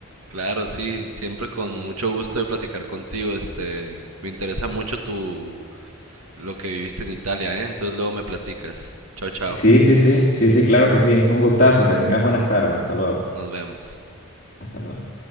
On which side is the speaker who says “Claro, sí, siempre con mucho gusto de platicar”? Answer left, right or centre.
Right